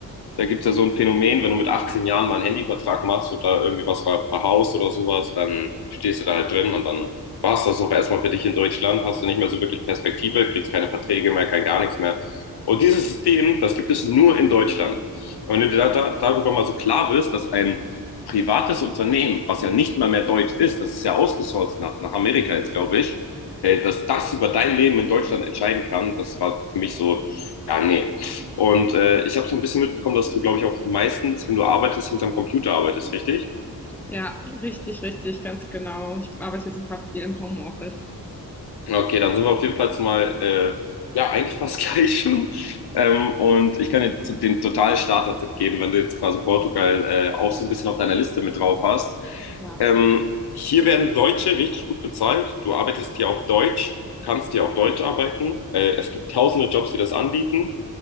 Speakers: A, on the left; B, in the centre.
A: da gibt es ja so ein Phänomen, wenn du mit 18 Jahren mal einen Handyvertrag machst und da irgendwie was ver verhaust oder sowas, dann stehst du da halt drin und dann war es das auch erstmal für dich in Deutschland, hast du nicht mehr so wirklich Perspektive, kriegst keine Verträge mehr, kein gar nichts mehr. Und dieses System, das gibt es nur in Deutschland. Und wenn du da, da, darüber mal so klar bist, dass ein privates Unternehmen, was ja nicht mal mehr deutsch ist, das ist ja ausgesourcet nach, nach Amerika jetzt, glaube ich, äh, dass das über dein Leben in Deutschland entscheiden kann, das war für mich so, ja, nee, und äh, ich habe so ein bisschen mitbekommen, dass du, glaube ich, auch meistens, wenn du arbeitest, hinterm Computer arbeitest, richtig?
B: Ja, richtig, richtig, ganz genau. Ich arbeite super viel im Homeoffice.
A: Okay, dann sind wir auf jeden Fall mal, äh, ja, eigentlich fast <laughs> gleich schon. Ähm, und ich kann dir zu- den totalen Starter-Tipp geben, wenn du jetzt quasi Portugal äh, auch so ein bisschen auf deiner Liste mit drauf hast.
B: Ja.
A: Ähm, hier werden Deutsche richtig gut bezahlt. Du arbeitest hier auf Deutsch. Du kannst hier auf Deutsch arbeiten. Äh, es gibt tausende Jobs, die das anbieten.